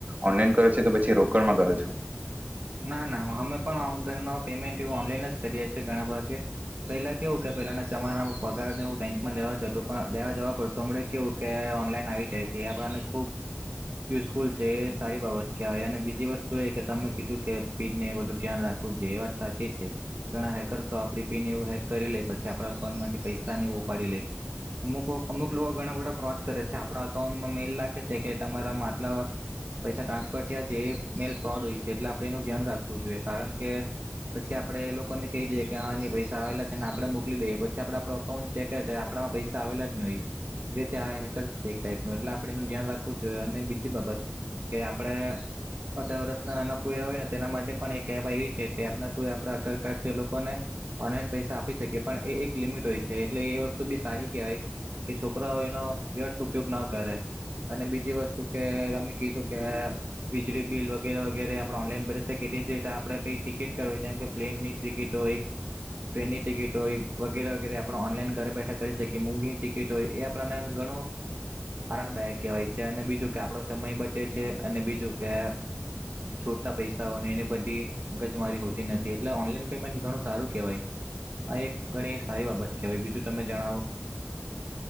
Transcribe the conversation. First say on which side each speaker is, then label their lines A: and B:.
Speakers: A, on the right; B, on the right.
A: ઓનલાઈન કરો છો કે પછી રોકડમાં કરો છો?
B: ના ના અમે પણ ઓન ઘરનો પેમેન્ટ એવું ઓનલાઈન જ કરીએ છીએ ઘણા ભગે પહેલા કેવું કે પહેલાના તમારા પગારને હું બેંકમાં લેવા જતો પણ લેવા જવા પડત તો હમણા કેવું કે ઓનલાઈન આવી જાય છે એ આપણને ખૂબ યુઝફુલ છે એ સારી બાબત કહેવાય અને બીજી વસ્તુ એ કે તમે કીધું રાખવું જોઈ એ વાત સાચી છે ઘણા હેકર્સો આપ પીન એવ હેક કરી લે પછી આપણા અઉન્ટમાંથી પૈસા નહી ઉપાડી લે અમુક અમુક લોકો ઘણા બધા ફ્રોડ કરે છે આપણા અકાઉન્ટમાં મેલ રાખે છે કે તમારામાં આટલા પૈસા ટ્રાન્સફર થયા છે એ મેલ ફ્રોડ હોય છે એટ આપ એનું ધ્યાન રાખવું જોઈએ કારણ કે પછી આપણે એ લોકોને કહી દઈએ કે હા એ પૈસા આવેલા છે ને આપણે મોકલી દઈએ પછી આપડે આપો અઉન્ટ ચેક કર આપણામાં પૈસા આવેલા જ નહી એ રીતે આ હેકર્સ છે એક ટાઈપ ન એટલે આપણે એનું ધ્યાન રાખવું જોઈએ અને બીજી બાબત કે આપણે અઢાર વર્ષના નાના કો હો ને તેના માટે પણ એક એપ આવી છે કેના ટુ આપ આધાર કાર્ડ છે એ લોકોને ઓનલાઈન પૈસા આપી શકીએ પણ એ એક લિમિટ હોય છે એટલે એ વસ્તુ બી સારી કહેવાય કે છોકરાઓ એનો વ્યર્થ ઉપયોગ ન કરે અને બીજી વસ્તુ કે અમે કીધું કે વીજળી બિલ વગેરે વગેરે ઓનલાઈન ભરી શકીએ તે જ રીતે આપણે કઈ ટિકિટ કરવી જેમ કે પ્લેનની ટિકિટ હોય ટ્રેનની ટિકિટ હોય વગેરે વગેરે આપણે ઓનલાઈન ઘરે બેઠા કરી શકીએ મૂવીની ટિકિટ હોય એ આપણને ઘણું આરામદાયક કહેવાય છે અને બીજું કે આપણો સમય બચે છે અને બીજું કે છોટા પૈસાઓ ને એની બધી મગજ મારી હોતી નથી એટલે ઓનલાઈન પેમેન્ટ ઘણું સારું કહેવાય, આ એક ઘણી સારી બાબત કહેવાય બીજું તમે જણાવો.